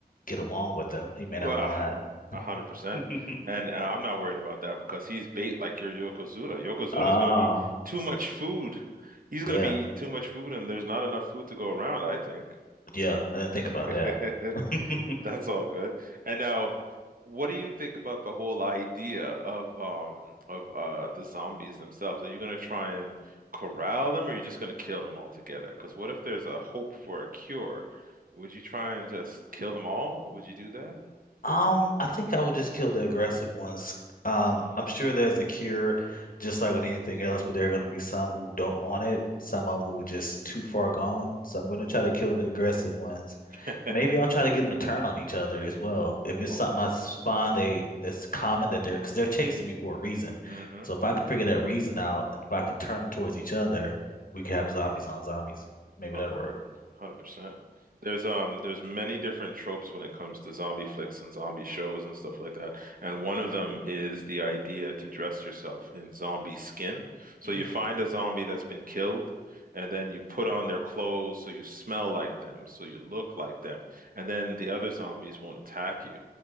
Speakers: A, on the left; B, on the right.
A: get along with them. He may
B: Well,
A: not want to
B: a hundred percent.
A: laugh. <laughs>
B: And uh, I'm not worried about that because he's bait like your Yokozuna. Yokozuna
A: Ah,
B: is going to be too much food. He's going
A: yeah,
B: to be eating too much food, and there's not enough food to go around, I think.
A: yeah. I didn't think
B: <laughs>
A: about that. <laughs>
B: That's all good. And now, what do you think about the whole idea of um of uh the zombies themselves? Are you gonna try and corral them, or are you just gonna kill them altogether? Because what if there's a hope for a cure? Would you try and just kill them all? Would you do that?
A: Um, I think I would just kill the aggressive ones. Um,
B: Mm.
A: I'm sure there's a cure, just like with anything else, but there are going to be some who don't want it, some of them who are just too far gone. So I'm going to try to kill the aggressive ones.
B: <laughs>
A: Maybe I'll try to get them to turn on each other as well. If it's
B: Oh,
A: something
B: wow.
A: I s- find they that's common that they're because they're chasing me for a reason.
B: Mm-hmm.
A: So if I can figure that reason out and if I can turn them towards each other, we could have zombies on zombies. Maybe
B: Oh,
A: that'll
B: 100%.
A: work.
B: There's um there's many different tropes when it comes to zombie flicks and zombie shows and stuff like that. And one of them is the idea to dress yourself in zombie skin. So
A: Mm.
B: you find a zombie that's been killed and then you put on their clothes so you smell like them, so you look like them, and then the other zombies won't attack you.